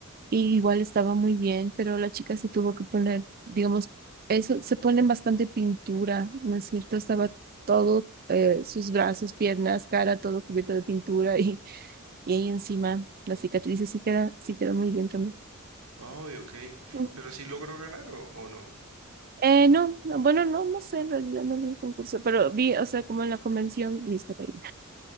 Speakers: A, on the right; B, on the right.
A: Y igual estaba muy bien, pero la chica se tuvo que poner, digamos, eso, se ponen bastante pintura, ¿no es cierto? Estaba todo, eh, sus brazos, piernas, cara, todo cubierto de pintura y, y ahí encima las cicatrices sí queda, sí queda muy bien también.
B: ay, ok.
A: Mm.
B: Pero sí logró ganar o, o no.
A: Eh, no, no, bueno, no, no sé, en realidad no vi el concurso, pero vi, o sea, como en la convención, lista <laughs> para ir.